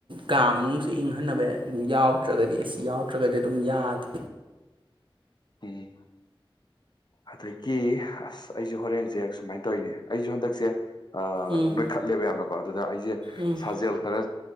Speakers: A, on the right; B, on the left.
A: ꯀꯥ ꯃꯅꯨꯡꯁꯤꯦ ꯏꯪꯍꯟꯅꯕ ꯌꯥꯏ ꯌꯥꯎꯗ꯭ꯔꯒꯗꯤ ꯑꯦꯁꯤ ꯌꯥꯎꯗ꯭ꯔꯒꯗꯤ ꯑꯗꯨꯝ ꯌꯥꯗꯦ
B: ꯎꯝ ꯑꯗꯒꯤ ꯑꯁ ꯑꯩꯁꯨ ꯍꯣꯔꯦꯟꯁꯦ ꯁꯨꯃꯥꯏꯅ ꯇꯧꯋꯔꯤꯅꯦ ꯑꯩꯁꯨ ꯍꯟꯗꯛꯁꯦ ꯑ
A: ꯎꯝ
B: ꯅꯣꯏꯈꯠꯂꯦꯕ ꯌꯥꯝꯅꯀꯣ ꯑꯗꯨꯗ ꯑꯩꯁꯦ
A: ꯎꯝ
B: ꯁꯥꯖꯦꯜ ꯈꯔ